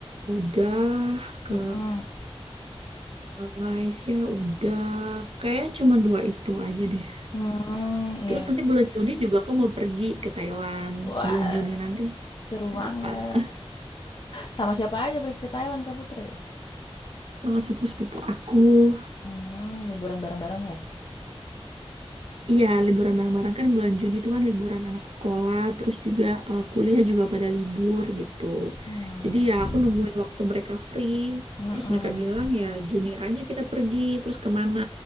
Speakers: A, on the right (about 65°); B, on the left (about 45°).
A: udah ke
B: Mhm,
A: eh, Malaysia, udah. Kayaknya cuma dua itu aja deh.
B: hmm, iya.
A: Terus nanti bulan Juni juga aku mau pergi ke Thailand.
B: Wah,
A: Bulan Juni nanti
B: seru
A: bulan
B: banget.
A: depan <laughs>
B: Sama siapa aja pergi ke Thailand Kak Putri?
A: sama sepupu-sepupu aku.
B: Hmm, liburan bareng-bareng ya?
A: Iya, liburan bareng-bareng kan bulan Juni itu kan liburan anak sekolah, terus juga eh, kuliah juga pada libur gitu.
B: Mmm,
A: Jadi ya aku nungguin waktu mereka free.
B: mhm,
A: Terus mereka bilang ya Juni aja kita pergi, terus kemana?